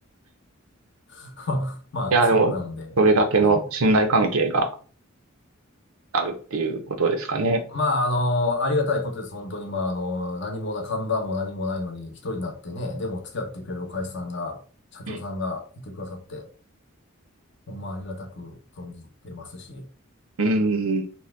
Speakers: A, on the left; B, on the right.
A: <laughs> まあ、
B: <laughs>
A: まあ、
B: いや、
A: そんなんで、
B: でも、それだけの信頼関係が
A: はい。
B: あるっていうことですかね。
A: まあ、あの、ありがたいことです。本当に、まあ、あの、何もな、看板も何もないのに一人になってね、でも付き合ってくれるお会社さんが、社長さんがいてくださって、
B: うん
A: ほんまありがたく存じてますし、
B: うん。